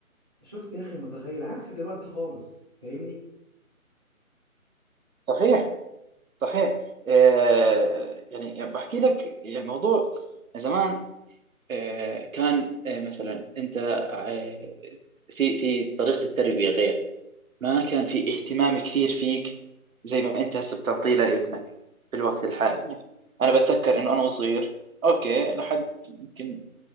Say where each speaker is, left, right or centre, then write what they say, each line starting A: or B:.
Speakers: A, on the right; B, on the right.
A: شفت يا اخي متخيل عكس دلوقتي خالص فاهمني
B: صحيح صحيح آه يعني يعني بحكي لك يعني الموضوع زمان آه كان آه مثلا انت آه في في طريقة التربية غير ما كان في اهتمام كثير فيك زي ما انت هسه بتعطيه لابنك في الوقت الحالي يعني انا بتذكر انه انا وصغير اوكي لحد يمكن